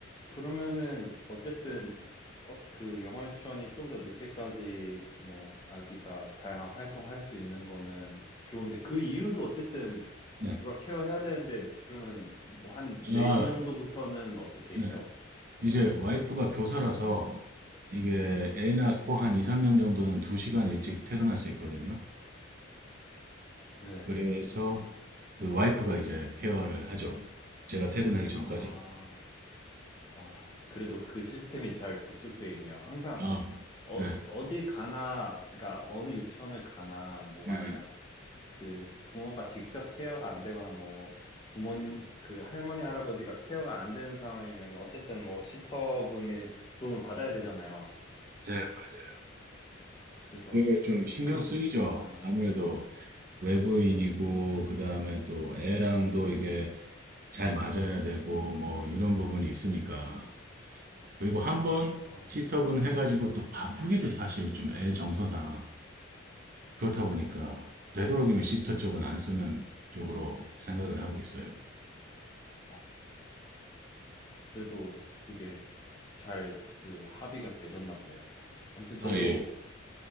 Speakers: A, on the left (about 25°); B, on the right (about 45°).
A: 그러면은 어쨌든 어, 그 영월천이 좀 더 늦게까지 뭐 아기가 다양한 활동할 수 있는 거는 좋은데 그 이유도 어쨌든
B: 네.
A: 누가 케어해야 되는데 그러면 뭐 한 4시
B: 아,
A: 정도부터는 어떻게
B: 네.
A: 해요?
B: 이제 와이프가 교사라서 이게
A: 아,
B: 애 낳고 한 2, 3년 정도는 2시간 일찍 퇴근할 수 있거든요.
A: 네.
B: 그래서 그 와이프가 이제 케어를 하죠. 제가 퇴근하기 전까지.
A: 아, 아, 그래도 그 시스템이 잘 구축되어 있네요. 항상
B: 아,
A: 어,
B: 네.
A: 어디 가나, 그러니까 어느 유치원을 가나, 뭐 만약
B: 네.
A: 그 부모가 직접 케어가 안 되거나 뭐 부모님 그 할머니 할아버지가 케어가 안 되는 상황이면 어쨌든 뭐 시터분이 도움을 받아야 되잖아요.
B: 맞아요, 맞아요.
A: 그래서
B: 그게 좀 신경
A: 그렇
B: 쓰이죠.
A: 어,
B: 아무래도 외부인이고, 그 다음에 또 애랑도 이게 잘 맞아야 되고, 뭐 이런 부분이 있으니까. 그리고 한 번
A: 어,
B: 시터분 해가지고 또 바꾸기도 사실 좀 애 정서상 그렇다 보니까 되도록이면 시터 쪽은 안 쓰는 쪽으로 생각을 하고 있어요.
A: 아, 그래도 그게 잘 그 합의가 되셨나 보네요. 아무튼 저도
B: 아, 예.